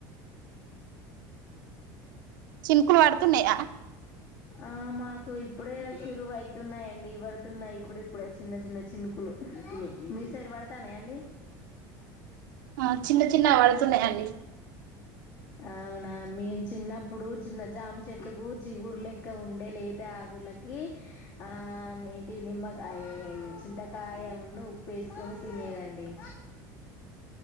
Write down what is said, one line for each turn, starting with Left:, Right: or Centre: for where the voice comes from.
Right: చినుకులు పడుతున్నాయా
Left: ఆ మాకు ఇప్పుడే షురువు అయితున్నాయ్ అండి. పడుతున్నాయ్ ఇప్పుడు ఇప్పుడే చిన్న చిన్న చినుకులు. మీసైడ్ పడ్ తానాయ అండీ.
Right: ఆ చిన్న చిన్నగ పడుతున్నాయండి.
Left: అవునా మేమ్ చిన్నప్పుడూ. చిన్న జామ్ చెట్టుకూ చిగుర్ లెక్క ఉండే లేత ఆకులకీ, ఆ నేంటి నిమ్మక ఆ చింతకాయ ఉన్నూ ఉప్పేసుకొని తినేదండి.